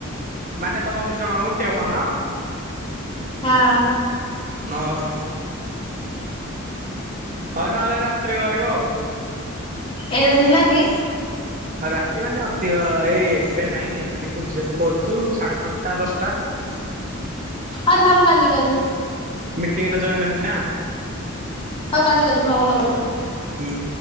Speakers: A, on the right; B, on the left.
A: ମାନେ ତମ ଦି ଜଣ ଗୋଟିଏ ଭଣ?
B: ହଁ।
A: ଓହୋ। ହଉ ନହେଲେ ରାତିରେ କରିବ ଆଉ।
B: ଏଇରା ଦିନ କି?
A: ରାତି ମାନେ ଅଧିକ ଏଇ ଏବେ ନାଇଁ ଏବେ ଟିକେ ଭୋଜି ଭାତ କରୁଚୁ ସାଢେ ନଅଟା ଦଶଟା। ହ <inaudible>
B: ଅ ଥାଉ ମୁଁ କାଲି କରିବି।
A: ମିଟିଂରେ ଜଏନ ହେବି ନା।
B: ହଉ କାଲି କରିବି, ହଉ ହଉ ରୁହ।
A: ହୁଁ।